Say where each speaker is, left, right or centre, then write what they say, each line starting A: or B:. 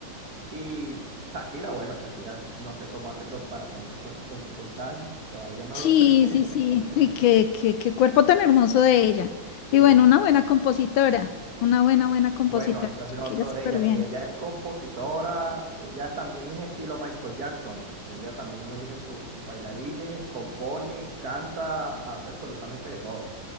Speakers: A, on the right; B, on the left.
A: Y Shakira, bueno, Shakira, no sé cómo hace co- para tener ese cuerpo con 50 años. Todavía no
B: Sí,
A: lo sé.
B: sí, sí.
A: <laughs>
B: <laughs> Y qué, qué, qué cuerpo tan hermoso de ella.
A: Sí,
B: Y bueno, una buena compositora, una buena, buena compositora.
A: Bueno, eso es
B: Shakira,
A: lo otro
B: súper
A: de ella,
B: bien.
A: que ella es compositora, ella también es estilo Michael Jackson, ella también elige sus bailarines, compone, canta, hace absolutamente de todo.